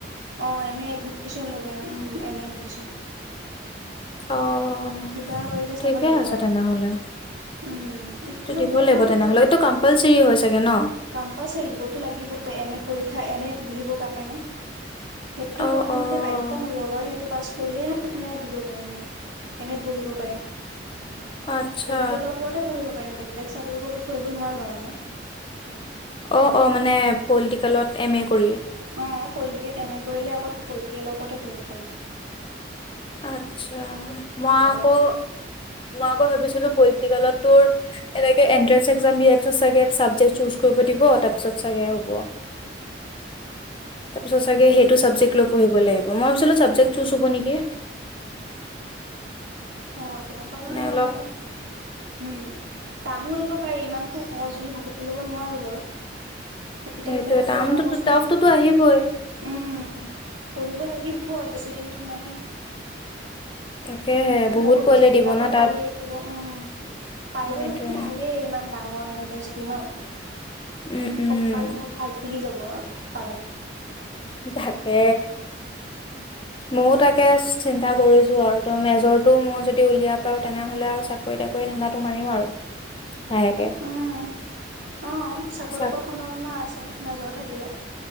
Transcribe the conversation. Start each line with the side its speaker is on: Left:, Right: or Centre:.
Right: অ এম এ এদমিচন ল'ব পাৰিম উম এম এ এদমিচন
Left: অ'
Right: কিবা হয় এতিয়া
Left: ঠিকে
Right: চাব লাগিব
Left: আছে
Right: আৰু
Left: তেনেহ'লে।
Right: উম', এতিয়াটো
Left: তো দিব
Right: বহুত
Left: লাগিব
Right: পোৱালি
Left: তেনেহ'লে
Right: যাব
Left: এইটো
Right: এতিয়া,
Left: কম্পালচৰি হয় চাগে ন?
Right: কম্পালচাৰি দিবতো লাগিব এম এ পৰীক্ষা এম এ পঢ়িব কাৰণে সেইটো
Left: অ',
Right: প্ৰথমতে
Left: অ'।
Right: বাধ্যতামূলক আৰু সেইটো পাছ কৰিলে আপোন দিব পাৰিম মই এম এট বহিব পাৰিম।
Left: আচ্ছা
Right: তেলৰ ওপৰতে পঢ়িব পাৰিম। বেলেগ চাবজেক্টৰ ওপৰত পঢ়িব নোৱাৰোঁ আৰু মই।
Left: অ', অ মানে পলিটিকেলত এম এ কৰি
Right: অ পলিটিকেল এম এ কৰিলে অকল পলিটিকেলৰ ওপৰতে পঢ়িব পাৰি।
Left: আচ্চা। মই আকৌ,
Right: আৰু।
Left: মই আকৌ ভাবিছিলো পলিটিকেলতটো এন্ট্ৰেস এক দিয়াৰ পিছতাগে চাবজেক্ চুস কৰিব দিব তাৰপিছত চাগে হ'ব। তাৰপিছত চাগে সেইটো ছাবজেক্ট পঢ়িব লাগিব মই ভাবিচিলোঁ চাবজেক চুজ হ'ব নেকি?
Right: অঁ', তেনেকুৱা বাৰু
Left: মানে
Right: নহয়
Left: অলপ
Right: বাৰু। উম', টানো আহিব পাৰে ইমানতো সহজ বুলি ভাবি ল'ব নোৱাৰোঁ বাৰু। এতিয়া
Left: সেইটোয়ে
Right: কৰ
Left: টামটো
Right: কৰ পৰা প্ৰশ্ন
Left: টফটোতো
Right: দি
Left: আহিবই।
Right: উম পঢ়িব লাগিব আৰু বেছি দিনটো নাই।
Left: তাকেহে
Right: বহুত
Left: পোৱালি
Right: জেগাৰ
Left: দিব ন
Right: পৰা
Left: তাত
Right: পোৱালি আহিব উম', পাই
Left: সেইটোয়ে
Right: গলেতো ভালেই ইমান ডাঙৰ ইউনিভাৰ্চিটি। তি ন?
Left: উম উম
Right: কপাল মোৰ ভাল ফুলি যাব। ৰ পালে।
Left: তাকে মযও তাকে চিন্তা কৰিছো আৰু ত মেজৰটো মই যদি উলিয়াই পাও তেনেহলে আৰু চাকৰি তাকৰি ধান্দাটো মাৰিম আৰু। লাহেকে
Right: উম, অহ চাকৰি
Left: চাক
Right: পোৱাৰ সম্ভাৱনা আছে মেজৰ থাকিলে।